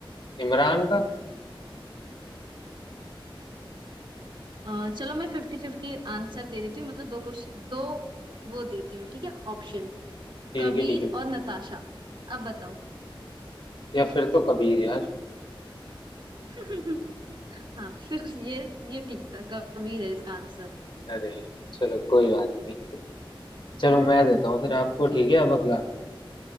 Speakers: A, on the left; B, on the right.
A: इमरान का
B: अ, चलो मैं फिफ्टी फिफ्टी आंसर दे देती हूँ मतलब दो क्वेश्चन दो वो देती हूँ ठीक है ऑप्शन
A: ठीक
B: कबीर
A: है ठीक है
B: और नताशा अब बताओ
A: या फिर तो कबीर यार
B: <laughs> हाँ फिर ये ये ठीक था कबीर है इसका आंसर
A: अरे चलो कोई बात नहीं चलो मैं देता हूँ फिर
B: ओके
A: आपको ठीक है अब अगला